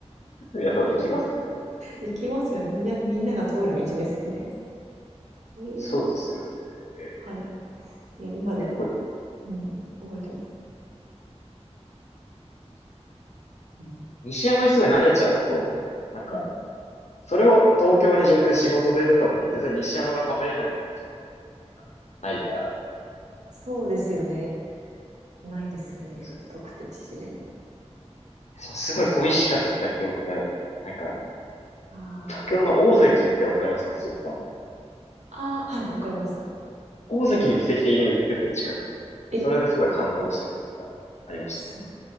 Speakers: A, on the left (about 75°); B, on the right (about 85°).
A: やっぱ行きますよね。
B: 行きますよね。みんな、みんなが通る道ですよね。えー
A: そうですよね。ええ
B: はい。いや、今でも、
A: 結構、
B: うん、覚えてます。うん
A: 西山にすごい慣れちゃうと、なんか、
B: はい。
A: それを東京に上京で仕事で出た時に全然西山が食べれなくなっちゃって、あの、ないから、
B: そうですよね。ないですよね。
A: す、
B: 太くて縮れ麺。
A: そうすごい恋しかった記憶が、なんか、
B: あ
A: 東京の大関ってわかりますかね、スーパーの。
B: ああ、はい、わかります。
A: 大関に奇跡的に売ってて、近く。なんかそれですごい感動した記憶がありましたね。
B: えすご